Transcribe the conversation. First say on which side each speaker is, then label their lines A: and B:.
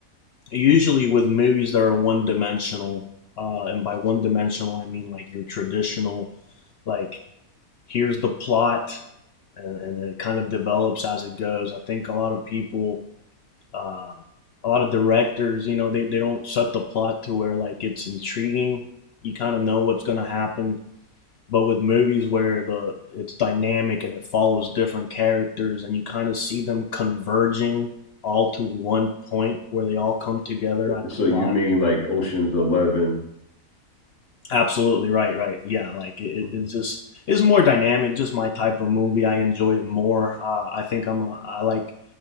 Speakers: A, on the left (about 65°); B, on the left (about 50°).
A: usually with movies that are one dimensional, uh, and by one dimensional I mean like your traditional, like here's the plot, and, and it kind of develops as it goes. I think a lot of people uh, a lot of directors, you know, they, they don't set the plot to where like it's intriguing. You kind of know what's gonna happen. But with movies where the it's dynamic and it follows different characters and you kind of see them converging all to one point where they all come together at
B: So
A: the
B: you
A: plot.
B: mean like Ocean's Eleven?
A: Absolutely right, right. Yeah, like it,
B: Mhm.
A: it just is more dynamic, just my type of movie. I enjoy it more. Uh, I think I'm a, I like